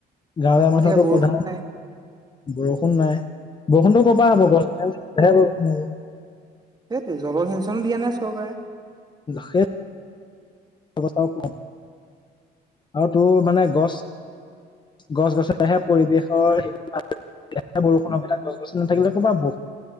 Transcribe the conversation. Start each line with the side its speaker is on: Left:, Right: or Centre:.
Left: গাঁৱলীয়া
Right: কাৰণ এতিয়া
Left: মানুহো টৌ
Right: বৰষুণ
Left: প্ৰধান
Right: নাই
Left: বৰষুণ নাই বৰষুণতো কবা হ'ব গছ নাই বৰষুণ হ'ব
Right: সেইটো জলসিঞ্চনো দিয়া নাই চৰকাৰে
Left: হেত কথাও ক আৰু তোৰ মানে গছ গছ বছালেহে পৰিৱেশৰ এতিয়া বৰষুণৰ তাত গছ গছনি নাথাকিলে ক'ৰব ব